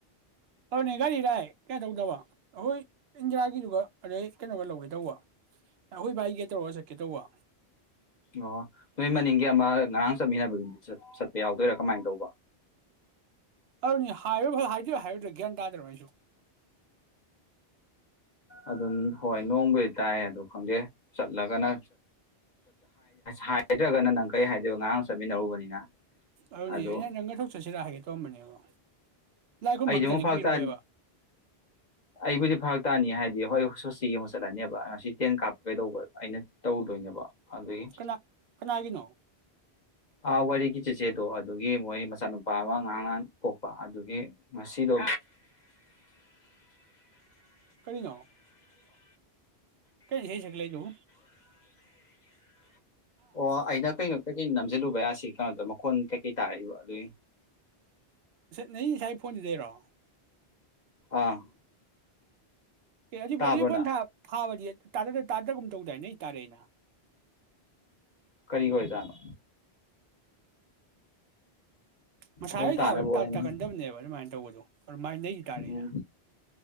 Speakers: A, on the right (about 75°); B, on the left (about 45°).
A: ꯑꯗꯨꯅꯦ ꯒꯥꯔꯤ ꯔꯥꯏ ꯀꯩꯅ ꯇꯧꯗꯕ ꯑꯩꯈꯣꯏ ꯏꯟꯗꯤꯔꯥꯒꯤꯗꯨꯒ ꯑꯗꯨꯩ ꯀꯩꯅꯣꯒ ꯂꯧꯒꯦ ꯇꯧꯕ ꯑꯩꯈꯣꯏ ꯕꯥꯏꯒ ꯇꯧꯔꯒ ꯆꯠꯀꯦ ꯇꯧꯕ
B: ꯑꯣ ꯅꯣꯏ ꯃꯅꯤꯡꯒꯤ ꯑꯃ ꯉꯔꯥꯡ ꯆꯠꯃꯤꯟꯅꯕꯗꯨꯗꯤ ꯆꯠꯄ ꯌꯥꯎꯗꯣꯏꯔꯥ ꯀꯃꯥꯏꯅ ꯇꯧꯕ
A: ꯑꯗꯨꯅꯤ ꯍꯥꯏꯨ ꯐ ꯍꯥꯏꯗꯣꯏ ꯍꯥꯏꯔꯨꯗ ꯒ꯭ꯌꯥꯟ ꯇꯥꯗ꯭ꯔꯣ ꯑꯩꯁꯨ
B: ꯑꯗꯨꯝ ꯍꯣꯏ ꯅꯣꯡꯕꯨꯗꯤ ꯇꯥꯏ ꯑꯗꯨꯣ ꯈꯪꯗꯦ ꯆꯠꯂꯒꯅ ꯍꯥꯏꯗ꯭ꯔꯒꯅ ꯅꯪ ꯀꯔꯤ ꯍꯥꯏꯗꯣꯏ ꯉꯔꯥꯡ ꯆꯠꯃꯤꯟꯅꯔꯨꯕꯅꯤꯅ
A: ꯑꯗꯨꯅꯦ
B: ꯑꯗꯣ
A: ꯅꯪꯒ ꯊꯕꯛ ꯆꯠꯁꯤꯔꯥ ꯍꯥꯏꯒꯦ ꯇꯣꯃꯅꯤꯕ ꯂꯥꯏꯈꯨꯝ
B: ꯑꯩꯗꯤ
A: ꯈꯛꯇꯅꯤ
B: ꯑꯃꯨꯛ ꯐꯔꯛ
A: ꯀꯨꯏꯔꯛꯑꯣꯏꯕ
B: ꯇꯥ ꯑꯩꯕꯨꯗꯤ ꯐꯔꯛ ꯇꯥꯅꯤ ꯍꯥꯏꯗꯤ ꯍꯣꯏ ꯁꯣꯁꯤꯒ ꯑꯃꯨꯛ ꯆꯠꯂꯅꯦꯕ ꯉꯁꯤ ꯇꯦꯟ ꯀꯥꯞꯄ ꯀꯩꯗꯧꯕ ꯑꯩꯅ ꯇꯧꯗꯣꯏꯅꯦꯕ ꯑꯗꯨꯒꯤ
A: ꯀꯅꯥ ꯀꯅꯥꯒꯤꯅꯣ
B: ꯑ ꯋꯥꯔꯤꯒꯤ ꯆꯦꯆꯦꯗꯣ ꯑꯗꯨꯒꯤ ꯃꯣꯏ ꯃꯆꯥꯅꯨꯄꯥ ꯑꯃ ꯉꯍ ꯉꯍꯥꯟꯣꯛ ꯑꯗꯨꯒꯤ ꯉꯁꯤꯗꯣ
A: ꯀꯔꯤꯅꯣ ꯀꯩ ꯍꯩ ꯁꯒꯂꯖꯎ
B: ꯑꯣ ꯑꯩꯅ ꯀꯩꯅ ꯀꯩꯀꯩ ꯅꯝꯁꯤꯜꯂꯨꯕ ꯌꯥꯁꯤ ꯀꯩꯅꯣꯗꯣ ꯃꯈꯣꯟ ꯀꯩꯀꯩ ꯇꯥꯔꯛꯏꯕ ꯑꯗꯨꯏ
A: ꯅꯩ ꯉꯁꯥꯏ ꯐꯣꯟꯗꯨꯗꯩꯔꯣ
B: ꯑꯥ
A: ꯑꯦ ꯑꯗꯨ
B: ꯇꯥꯕ꯭ꯔꯣꯅ
A: ꯑꯗꯨ ꯊꯥꯕꯗꯤ ꯇꯥꯗꯒꯨꯝꯝ ꯇꯧꯗꯥꯏ ꯅ ꯑꯩ ꯇꯥꯔꯛꯏꯅ
B: ꯀꯔꯤ ꯀꯣꯏ ꯆꯥꯅꯣ
A: ꯃꯁꯥ
B: ꯑꯗꯨꯝ
A: ꯌ
B: ꯇꯥꯅꯕ
A: ꯊꯥꯕ
B: ꯑꯣꯏꯔꯝꯅꯤ
A: ꯇꯥ ꯇꯥꯀꯟꯗꯕꯅꯦꯕ ꯑꯗꯨꯃꯥꯏꯅ ꯇꯧꯕꯗꫭ ꯃꯥꯏ ꯅꯩꯗꯤ ꯇꯥꯔꯛꯏꯅ
B: ꯎꯝ